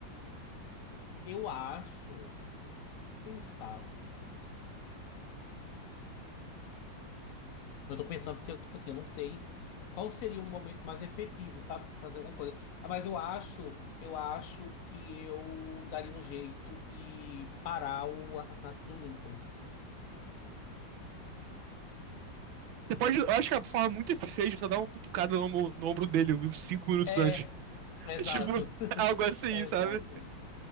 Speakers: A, on the left; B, on the right.
A: Eu acho. Vou pensar. Eu tô pensando que eu, tipo assim, eu não sei qual seria o momento mais efetivo, sabe? Pra fazer alguma coisa. Ah, Mas eu acho, eu acho que eu daria um jeito de parar o assassinato do Lincoln.
B: pode, eu acho que a forma muito eficiente é você dar uma cutucada no, ombro no ombro dele uns cinco minutos
A: É,
B: antes. <laughs>
A: exato.
B: Tipo, algo
A: <laughs>
B: assim,
A: Exato.
B: sabe?